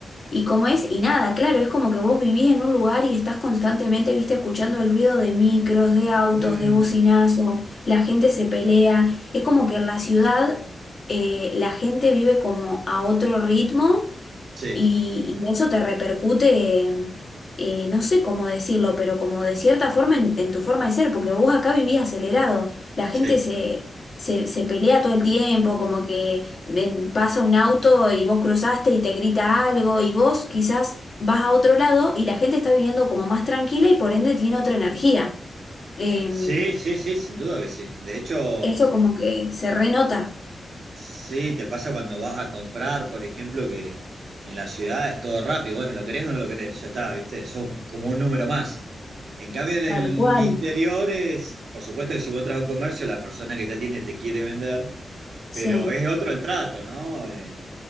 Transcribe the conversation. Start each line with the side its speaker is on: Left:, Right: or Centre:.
Left: y cómo es, y nada, claro, es como que vos vivís en un lugar y estás constantemente, viste, escuchando el ruido de micros, de autos,
Right: Mm,
Left: de bocinazo, la gente se pelea. Es como que en la ciudad eh, la gente vive como a otro ritmo
Right: sí,
Left: y, y eso te repercute, eh, eh, no sé cómo decirlo, pero como de cierta forma en, en tu forma de ser, porque vos acá vivías acelerado, la gente
Right: sí.
Left: se, se, se pelea todo el tiempo, como que ven, pasa un auto y vos cruzaste y te grita algo, y vos quizás vas a otro lado y la gente está viviendo como más tranquila y por ende tiene otra energía. Em,
Right: Sí, sí, sí, sin duda que sí. De hecho...
Left: eso como que se renota.
Right: Sí, te pasa cuando vas a comprar, por ejemplo, que en la ciudad es todo rápido. Bueno, lo querés o no lo querés, ya está, ¿viste? Sos como un número más. En cambio, en el
Left: Tal cual.
Right: interior es, por supuesto que si vos entras a un comercio, la persona que te atiende te quiere vender,
Left: Sí.
Right: pero es otro el trato, ¿no? Eh,